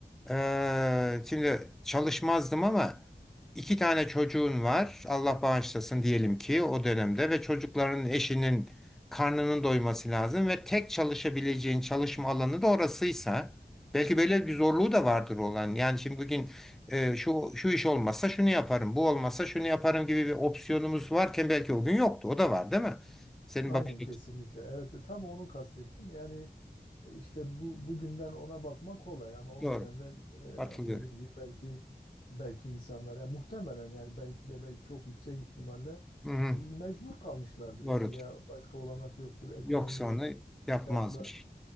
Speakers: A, in the centre; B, on the left (about 55°).
A: Ee, şimdi çalışmazdım ama iki tane çocuğun var. Allah bağışlasın diyelim ki o dönemde ve çocukların eşinin karnının doyması lazım ve tek çalışabileceğin çalışma alanı da orasıysa belki böyle bir zorluğu da vardır olan. Yani şimdi bugün e, şu şu iş olmazsa şunu yaparım, bu olmazsa şunu yaparım gibi bir opsiyonumuz varken belki o gün yoktu. O da var, değil mi? Senin
B: Aynen
A: bakış
B: kesinlikle. Evet e, tam onu kastettim. Yani e, işte bu bugünden ona bakmak kolay ama o
A: Doğru.
B: dönemde
A: Hatırlıyorum.
B: e, hani dediğim gibi belki belki insanlar yani muhtemelen yani belki de belki çok yüksek ihtimalle
A: Hı hı.
B: e, mecbur kalmışlardır.
A: Doğrudur.
B: Yani ya başka olanak yoktur. Ekonomi
A: Yoksa onu yapmazmış.
B: şartlar,